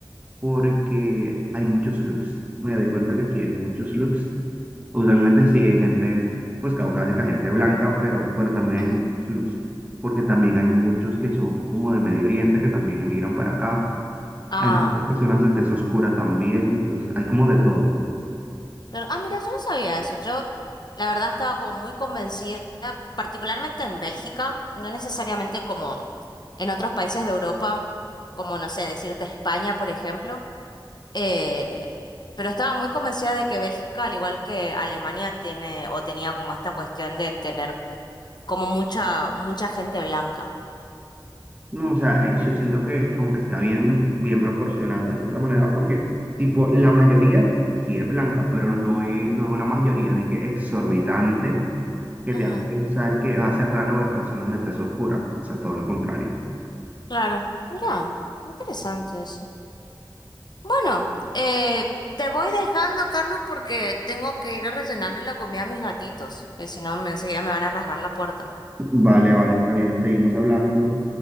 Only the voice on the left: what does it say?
ujú.
Ah.
Claro. Ah, mira, yo no sabía eso. Yo, la verdad, estaba como muy convencida, particularmente en Bélgica, no necesariamente como en otros países de Europa, como, no sé, decirte España, por ejemplo, eh, pero estaba muy convencida de que Bélgica, al igual que Alemania, tiene o tenía como esta cuestión de tener como mucha, mucha gente blanca.
Ujú,
Claro. Mira, interesante eso. Bueno, eh, te voy dejando, Carlos, porque tengo que ir a rellenarle la comida a mis gatitos, que si no, me- enseguida me van a rasgar la puerta.